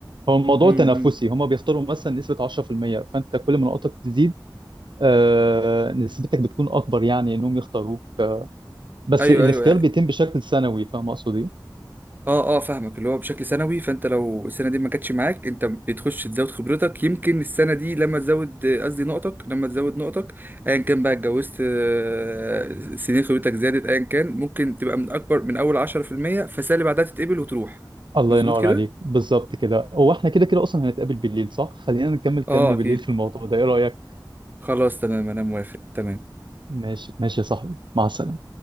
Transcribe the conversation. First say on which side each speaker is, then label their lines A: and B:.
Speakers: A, on the right; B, on the right.
A: هو الموضوع
B: مم.
A: تنافسي
B: مم.
A: هما بيختاروا مثلا نسبة 10% فانت كل ما نقطك تزيد آه، نسبتك بتكون اكبر يعني انهم يختاروك بس
B: ايوه
A: الاختيار
B: ايوه يعني
A: بيتم بشكل سنوي فاهم اقصد ايه
B: اه اه فاهمك اللي هو بشكل سنوي فانت لو السنه دي ما جاتش معاك انت بتخش تزود خبرتك يمكن السنه دي لما تزود قصدي نقطك لما تزود نقطك ايا كان بقى اتجوزت آه، سنين خبرتك زادت ايا كان ممكن تبقى من اكبر من اول 10% فالسنه اللي بعدها تتقبل وتروح
A: الله
B: مظبوط
A: ينور
B: كده
A: عليك بالظبط كده هو احنا كده كده اصلا هنتقابل بالليل صح خلينا نكمل كلامنا
B: اه اكيد
A: بالليل في الموضوع ده ايه رأيك
B: خلاص تمام انا موافق تمام
A: ماشي ماشي يا صاحبي مع السلامة